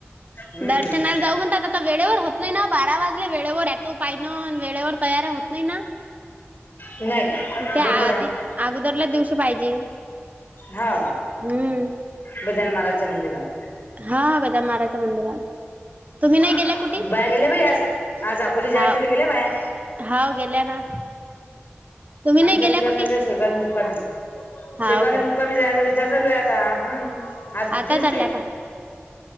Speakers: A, on the left; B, on the right.
A: हम्म
B: दर्शनाला जाऊ म्हणतात आता वेळेवर होत नाही ना ओ बारा वाजले वेळेवर ऐटो पाहिन वेळेवर तयार होत नाही ना.
A: नाही <inaudible>
B: त्या आधी
A: आहे
B: अगोदरला दिवशी पाहिजे,
A: हा
B: हम्म
A: गजानन महाराजच्या मंदिरात.
B: हा गजानन महाराजच्या मंदिरात. तुम्ही नाही
A: ह
B: गेल्या कुठे
A: बया गेले बाई आज, आज आपोली
B: हाव
A: च्या गेले बाया
B: हाव गेल्या ना. तुम्ही नाही
A: आमचा
B: गेल्या
A: विचार
B: कुठे
A: चाललाय शेगावला मुक्काम,
B: हाव
A: शेगावला
B: काय
A: मुक्काम. मुक्कामी जायचा विचार चालू हे आता, हम्म आज
B: आता
A: कधी असते
B: चालल्या का?